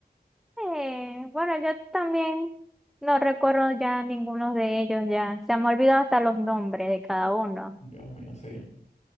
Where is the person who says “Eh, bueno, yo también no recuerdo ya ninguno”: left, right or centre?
Centre